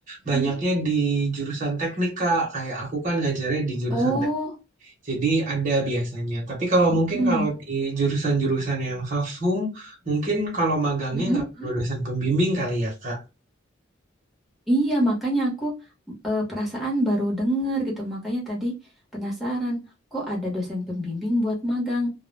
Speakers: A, in the centre; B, on the right (about 40°).
A: mm-mm.
B: banyaknya di jurusan teknik Kak. Kayak aku kan ngajarnya di jurusan
A: Oh,
B: teknik. Jadi ada biasanya. Tapi kalau
A: mm-mm.
B: mungkin kalau di jurusan-jurusan yang soshum mungkin kalau magangnya
A: Mm-mm,
B: nggak
A: mm-mm.
B: perlu dosen pembimbing kali ya Kak.
A: Iya, makanya aku eh, perasaan baru denger gitu. Makanya tadi penasaran, kok ada dosen pembimbing buat magang?